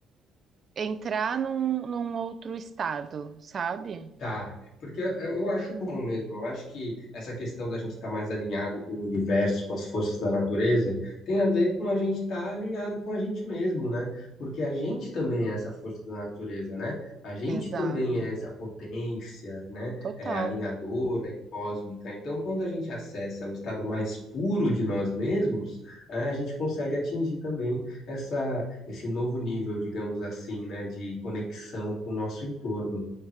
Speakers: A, on the right; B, on the left.
A: entrar num, num outro estado, sabe?
B: Tá, é porque eu, eu acho bom mesmo. Eu acho que essa questão da gente estar mais alinhado com o universo, com as forças da natureza, tem a ver com a gente estar alinhado com a gente mesmo, né? Porque a gente também é essa força da natureza, né? A gente
A: Exato,
B: também é essa potência, né?
A: total,
B: É, alinhadora e cósmica. Então, quando a gente acessa o estado mais puro de nós mesmos, é, a gente consegue atingir também essa, esse novo nível, digamos assim, né? De conexão com o nosso entorno.